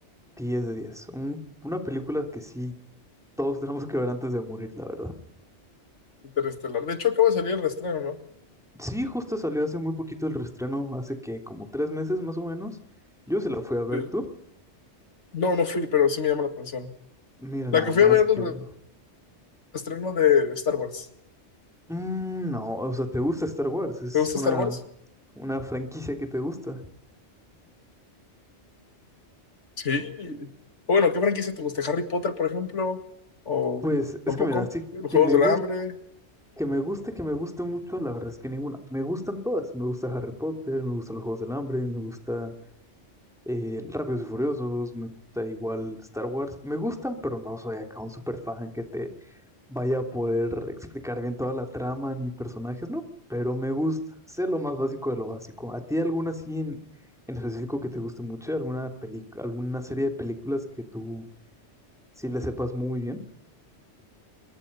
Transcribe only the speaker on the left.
Interestelar. De hecho, acaba de salir el reestreno, ¿no?
Sí.
No, no fui, pero sí me llama la atención.
La
que fui
a ver
el re-
reestreno de Star Wars.
¿Te gusta
Star Wars?
Sí, O bueno, ¿qué franquicia te gusta? ¿Harry Potter, por ejemplo? ¿O
tampoco?
¿Los
Juegos
del
Hambre?